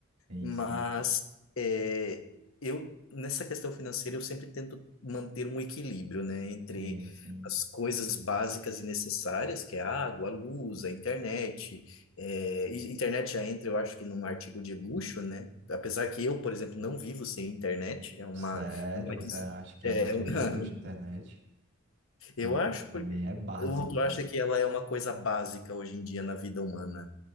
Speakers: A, on the right; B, on the left.
A: Sim,
B: Mas
A: sim.
B: é, eu, nessa questão financeira, eu sempre tento manter um equilíbrio, né, entre
A: Sim, sim.
B: as coisas básicas e necessárias, que é a água, a luz, a internet. É, e internet já entra, eu acho que num artigo de luxo, né? Apesar que eu, por exemplo, não vivo sem internet, é uma,
A: Sério?
B: é uma,
A: Você
B: des-
A: acha que
B: é
A: é um artigo
B: uma- <laughs>
A: de luxo na internet? Não,
B: eu acho
A: pra
B: porque
A: mim é básico,
B: o outro acha
A: mano.
B: que ela é uma coisa básica hoje em dia na vida humana.